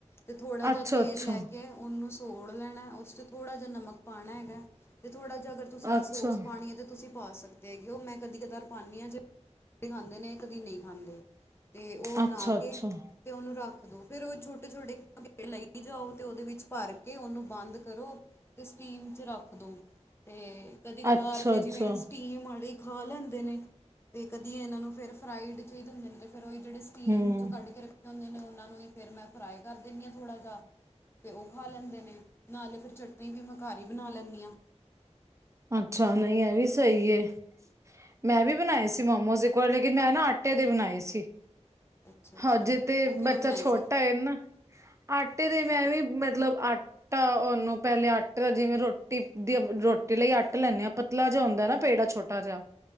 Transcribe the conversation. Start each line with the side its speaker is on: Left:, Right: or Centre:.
Left: ਤੇ ਥੋੜਾ ਜੇਹਾ
Right: ਅੱਛਾ
Left: ਤੇਲ
Right: ਅੱਛਾ
Left: ਲੈਕੇ ਓਨੂੰ ਸੋੜ ਲੈਣਾ ਏ, ਓਸ ਚ ਥੋੜਾ ਜੇਹਾ ਨਮਕ ਪਾਣਾ ਹੈਗਾ ਏ, ਤੇ ਥੋੜਾ ਜਾ ਗਰ ਤੁਸੀਂ
Right: ਅੱਛਾ
Left: ਸੋਸ ਪਾਣੀ ਏ ਤੇ ਤੁਸੀ ਪਾ ਸਕਦੇ ਹੈਗੇ ਓ, ਮੈਂ ਕਦੀ ਕਧਾਰ ਪਾੱਨੀ ਆਂ ਕਦੀ ਖਾਂਦੇ ਨੇ, ਕਦੀ ਨੀ ਖਾਂਦੇ, ਤੇ ਓ ਬਨਾ
Right: ਅੱਛਾ
Left: ਕੇ,
Right: ਅੱਛਾ
Left: ਤੇ ਓਨੂੰ ਰੱਖ ਦੋ ਫੇਰ ਓ ਛੋਟ ਛੋਟੇ-ਛੋਟੇ ਪੇੜੇ ਲਈ ਜਾਓ ਤੇ ਓਦੇ ਵਿੱਚ ਭਰ ਕੇ ਓਨੂੰ ਬੰਦ ਕਰੋ। ਤੇ ਸਟੀਮ ਚ ਰੱਖ ਦੋ, ਤੇ ਕਦੀ ਕਦਾਰ
Right: ਅੱਛਾ
Left: ਤੇ
Right: ਅੱਛਾ
Left: ਜਿਵੇਂ ਸਟੀਮ ਮਾੜੀ ਖੋ ਲੈਂਦੇ ਨੇ। ਤੇ ਕਦੀ ਐਨਾਂ ਨੂੰ ਫੇਰ ਫਰਾਈਡ ਚਾਹੀਦੇ ਹੁੰਦੇ ਨੇ, ਤੇ ਫੇਰ ਓਈ ਜੇੜੇ ਸਟੀਮ
Right: ਹਮ
Left: ਚੋ ਕੱਢ ਕੇ ਰੱਖੇ ਹੁੰਦੇ ਨੇ, ਓਨਾਂ ਨੂੰ ਈ ਫੇਰ ਮੈਂ ਫਰਾਈ ਕਰ ਦੇਨੀ ਆਂ ਥੋੜਾ ਜਾ। ਤੇ ਓ ਖਾ ਲੈਂਦੇ ਨੇ, ਨਾਲੇ ਫੇਰ ਚਟਨੀ ਵੀ ਮੈਂ ਘਾੱਰ ਈ ਬਨਾ ਲੈਨੀ ਆਂ।
Right: ਅੱਛਾ, ਨਈ ਐਵੀ ਸਈ ਏ, ਮੈਂ ਵੀ ਬਨਾਏ ਸੀ ਮੋਮੋਸ। ਪਰ ਲੇਕਿਨ ਮੈਂ ਨਾ ਆਟੇ ਦੇ ਬਨਾਏ ਸੀ।
Left: ਅੱਛਾ ਅੱਛਾ
Right: ਹਜੇ ਤੇ
Left: ਉਹ ਕਿਵੇਂ
Right: ਬੱਚਾ
Left: ਬਣਾਏ
Right: ਛੋਟਾ
Left: ਸੀ
Right: ਏ ਨਾ। ਆਟੇ ਦੇ ਮੈਂ ਵੀ ਮਤਲਬ ਆਟਾ ਓਨੂੰ ਪੈਲੇ ਆਟੇ ਜਿਵੇਂ ਰੋਟੀ ਦੀ ਰੋਟੀ ਲਈ ਆੱਟਾ ਲੈਨੇ ਆ ਪਤਲਾ ਜਾ ਹੁੰਦੈ ਨਾ ਪੇੜਾ ਛੋਟਾ ਜੇਆ,